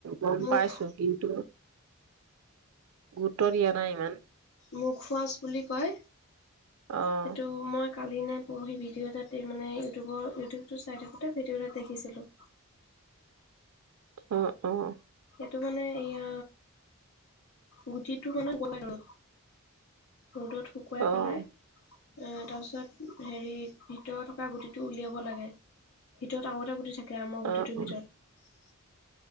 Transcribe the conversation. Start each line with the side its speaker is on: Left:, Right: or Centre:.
Right: গম
Left: মুখ
Right: পাইছো কিন্তু, গোটৰ দিয়া নাই ইমান,
Left: মুখ সচ বুলি কয়
Right: অ',
Left: সেইটো মই কালি নে পৰহি ভিডিঅ' এটা মানে ইউটিউবৰ ইউটিউবটো চাই থাকোঁতে ভিডিঅ' এটটা দেখিছিলোঁ
Right: অ' অ'
Left: তটো মানে এয়া, গুটিটো মানে গলাই ৰ ৰ'দত শুকুৱাই
Right: অ', অ',
Left: পেলাই অ' তাৰ পিছত হেৰি ভিতৰত থকা গুটি টো উলিয়াব লাগে ভিতৰত আ এটা গুটি থাকে মৰ গুটিটোৰ
Right: অ',
Left: ভিতৰত